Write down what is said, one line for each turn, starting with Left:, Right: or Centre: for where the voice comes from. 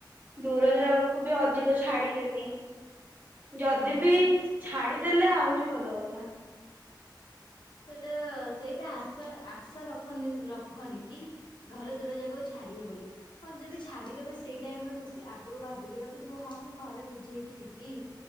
Right: ଦୂର ଜାଗାକୁ ବି ଅଧିକ ଛାଡିବେନି। ଯଦି
Left: ହଁ
Right: ବି ଛାଡିଦେଲେ ଆ ଭଲ କଥା।
Left: ସେଟା ସେଇଟା ଆଶା ଆଶା ରଖନ୍ତିନି ରଖନି କି ଘରେ ଦୂର ଯାାଗାକୁ ଛାଡିବେ ବୋଲି ହ ଯଦି ଛାଡିଦେବେ ସେଇ ଟାଇମ ଖୁସି ଆଗରୁ ଭାବିକି ରଖିଥିବ ହଁ ମୁଁ ଘରେ ବୁଝେଇକି ଯିବି